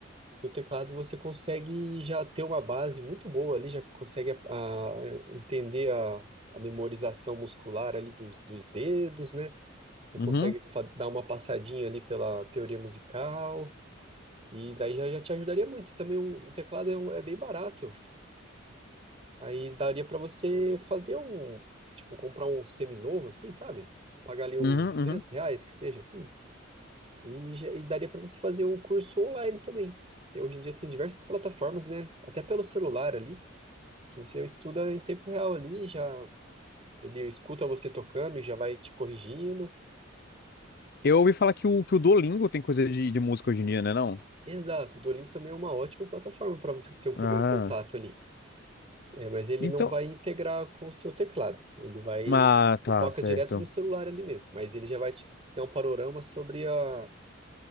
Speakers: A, on the right (about 30°); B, on the left (about 50°).
A: que o teclado você consegue já ter uma base muito boa ali, já consegue a- a- entender a, a memorização muscular ali dos, dos dedos, né? Já
B: Uhum,
A: consegue fa- dar uma passadinha ali pela teoria musical, e daí já, já te ajudaria muito. E também um- o teclado é, um- é bem barato, aí daria para você fazer um, tipo, comprar um semi-novo assim, sabe? Pagar ali uns
B: uhum,
A: 200
B: uhum.
A: reais, que seja assim. E, já- e daria para você fazer um curso online também. Tem- hoje em dia tem diversas plataformas, né? Até pelo celular ali, que você estuda em tempo real ali, e já ele escuta você tocando e já vai te corrigindo.
B: Eu ouvi falar que o, que o Duolingo tem coisa de, de música hoje em dia, né, não?
A: Exato, o Duolingo também é uma ótima plataforma para você ter um primeiro
B: Ah,
A: contato ali. É, mas ele
B: então...
A: não vai integrar com o seu teclado. Ele vai,
B: Ah,
A: você
B: tá,
A: toca
B: certo.
A: direto no celular ali mesmo, mas ele já vai te, te dar um panorama sobre a,